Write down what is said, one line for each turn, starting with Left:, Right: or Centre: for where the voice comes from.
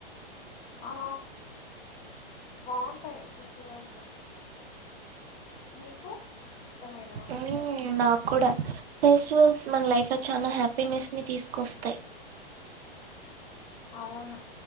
Left: ఆ బావుంటాయి ఫెస్టివల్స్ నీకు ఇష్టమేనా
Right: మ్మ్ నా కూడా ఫెస్టివల్స్ మన లైఫ్ లో చానా హ్యాపీనెస్ ని తీసుకొస్తాయి
Left: అవును